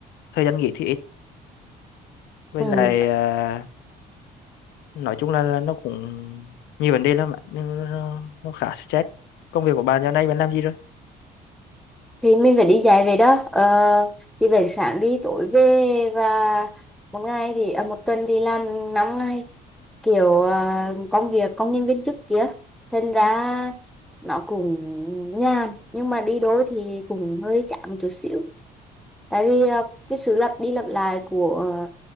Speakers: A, on the left; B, in the centre.
A: thời gian nghỉ thì ít với
B: ừ.
A: lại à, nói chung là, là nó cũng nhiều vấn đề lắm ạ nó, nó, nó nó khá stress công việc của bạn giờ này bạn làm gì rồi
B: thì mình phải đi dạy về đó ờ, thì về sáng đi tối về và một ngày thì à, một tuần thì làm năm ngày kiểu ờ, công việc công nhân viên chức kia thành ra nó cũng nhàn nhưng mà đi đôi thì cũng hơi chán một chút xíu tại vì ờ, cái sự lặp đi lặp lại của ờ,